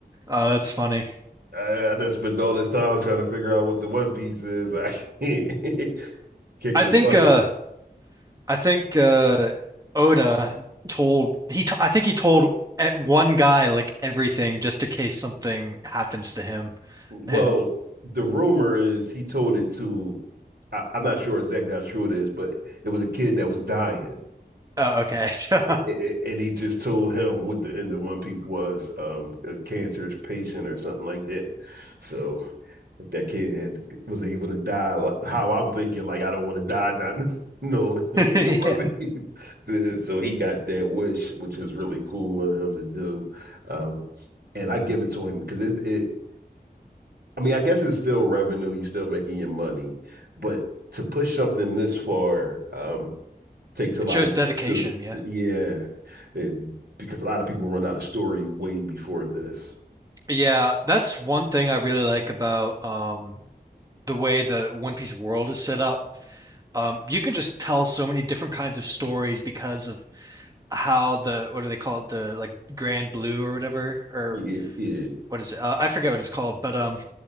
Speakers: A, on the right; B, on the right.
A: Oh, that's funny.
B: I, I done spent all this time trying to figure out what the One Piece is. I <laughs> can't kick
A: I
B: the
A: think
B: bucket.
A: uh I think uh Oda told he t I think he told e- one guy like everything just in case something happens to him.
B: Well,
A: And
B: the rumor is he told it to, I, I'm not sure exactly how true it is, but it was a kid that was dying.
A: oh, okay. <laughs> So <laughs>
B: A- a- a- And he just told him what the end of One Piece was, um, a cancerous patient or something like that. So if that kid had was able to die, like, how I'm thinking, like I don't want to die, not <laughs> no <laughs>
A: yeah.
B: with the One Piece. <laughs> So he got that wish, which is really cool of him to do. Um, and I give it to him because it, it I mean, I guess it's still revenue. You're still making your money, but to push something this far um, takes a
A: It
B: lot
A: shows
B: of
A: dedication,
B: guts, too.
A: yeah.
B: Yeah, It- because a lot of people run out of story way before this.
A: Yeah, that's one thing I really like about um the way the One Piece world is set up. Um, you can just tell so many different kinds of stories because of how the what do they call it the like Grand Blue or whatever or
B: Yeah, yeah,
A: what is it? Uh, I forget what it's called, but um,